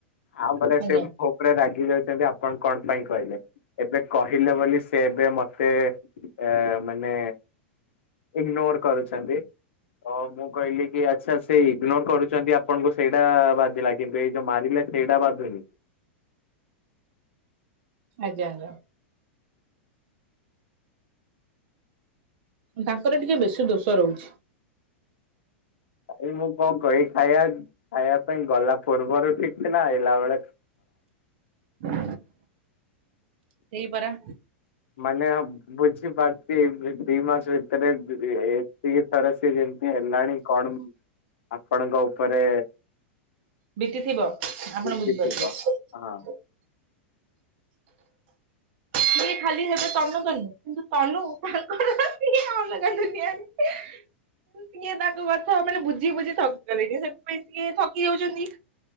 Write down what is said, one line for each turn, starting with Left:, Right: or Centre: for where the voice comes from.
Left: ଆଉ ଗଲ
Right: ଆଜ୍ଞା
Left: ସେମ ଫୋ ରାଗି ଯାଉଛନ୍ତି ଆପଣ କଣ ପାଇଁ କହିଲେ ଏବେ କହିଲେ ବୋଲି ସେ ଏବେ ମତେ ଆ ଅ ମାନେ ଇଗନୋର କରୁଛନ୍ତି। ଓ ମୁଁ କହିଲି କି ଆଚ୍ଛା ସେ ଇଗ୍ନୋର କରୁଛନ୍ତି ଆପଣଙ୍କୁ ସେଇଟା ବାଧିଲା କିନ୍ତୁ ଏଇ ଯୋଉ ମାରିଲା। ସେଇଟା ବାଧୁନି।
Right: ଆଜ୍ଞା ଆଜ୍ଞା। ତାଙ୍କର ଟିକେ ବେଶୀ ଦୋଷ ରହୁଛି।
Left: ଭାଇ ମୁଁ କଣ କହିବି ଖାଇବା ଖାଇବା ପାଇଁ ଗଲା ପୂର୍ବରୁ ଠିକ ଥିଲା ଆଇଲା ବେଳେ।
Right: ହ ସେଇ ପରା।
Left: ମନେ ହଁ ବୁଝି ପାରୁଛି ଦି ମାସ ଭିତରେ ଏ ଏ ଏତିିକ ଥର ସିଏ। କେମିତି ହେଲାଣି କଣ ଆପଣଙ୍କ ଉପରେ।
Right: ବିତି ଥିବ ଆପଣ
Left: ବିତିଥିବ।
Right: ବୁଝିପାରୁଥିବେ।
Left: ହଁ
Right: ସିଏ ଖାଲି ହେବେ ତନୁ ତନୁ କିନ୍ତୁ ତନୁ ପାଗଳ ତାର ସିଏ ଅଲଗା ଦୁନିଆରେ। ସିଏ ତାଙ୍କ କଥା ମାନେ ବୁଝେଇ ବୁଝେଇ ଥକି ଗଲେଣି ସେଥିପାଇଁ ସିଏ ଥକି ଯାଉଛନ୍ତି।